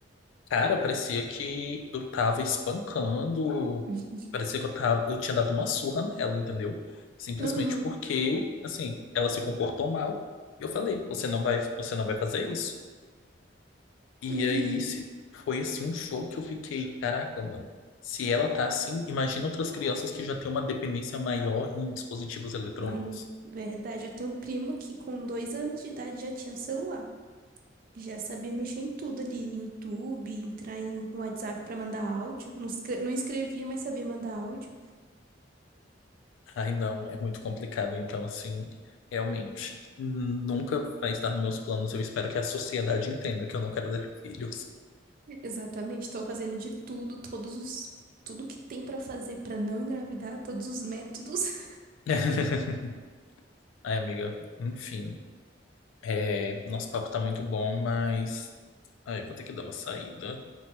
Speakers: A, on the left (about 85°); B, on the right (about 50°).
A: cara, parecia que eu tava espancando,
B: <laughs>
A: parecia que eu tava, eu tinha dado uma surra nela, entendeu? Simplesmente
B: Uhum,
A: porque, assim, ela se comportou mal. E eu falei, você não vai, você não vai fazer isso. E
B: uhum.
A: aí, esse foi assim um show que eu fiquei, caraca, mano. Se ela tá assim, imagina outras crianças que já têm uma dependência maior em dispositivos eletrônicos.
B: Hum, verdade, eu tenho um primo que com dois anos de idade já tinha celular. Já sabia mexer em tudo ali, no YouTube, entrar em no WhatsApp pra mandar áudio. Não, escre- não escrevia, mas sabia mandar áudio.
A: Ai, não, é muito complicado. Então, assim, realmente, nunca vai estar nos meus planos. Eu espero que a sociedade entenda que eu não quero ter filhos.
B: Exatamente, estou fazendo de tudo, todos os tudo que tem pra fazer pra não engravidar, todos os métodos. <laughs>
A: <laughs> Ai, amiga, enfim. É, nosso papo tá muito bom, mas. Ai, vou ter que dar uma saída.